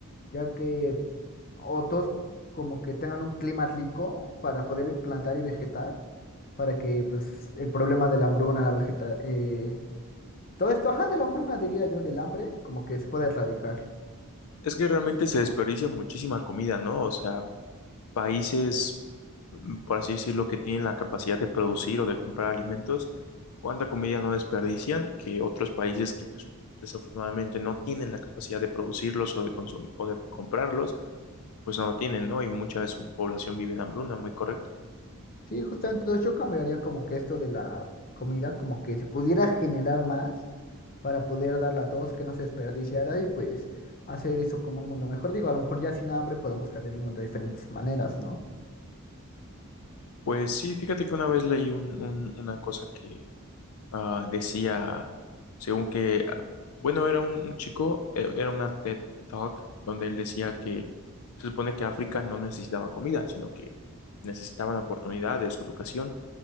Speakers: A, on the left; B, on the left.
A: ya que o todos c- como que tengan un clima rico para poder plantar y vegetar, para que pues el problema de la hambruna, la vegeta, eh, todo esto, ajá, de la hambruna diría yo, del hambre, como que se puede erradicar.
B: Es que realmente se desperdicia muchísima comida, ¿no? O sea, países, mm, por así decirlo, que tienen la capacidad de producir o de comprar alimentos, ¿cuánta comida no desperdician que otros países que pues, desafortunadamente no tienen la capacidad de producirlos o de consumir o de comprarlos, pues no lo tienen, ¿no? Y mucha de su población vive en hambruna, muy correcto.
A: Sí, justamente, entonces yo cambiaría como que esto de la comida, como que se pudiera generar más para poder darla a todos, que no se desperdiciara y pues hacer eso como un mundo mejor. Digo, a lo mejor ya sin hambre podemos cambiar el mundo de diferentes maneras, ¿no?
B: Pues sí, fíjate que una vez leí un, un- una cosa que ah, decía, según que, ah, bueno, era un, un chico, e- era una TED Talk, donde él decía que se supone que África no necesitaba comida, sino que necesitaban oportunidades, educación.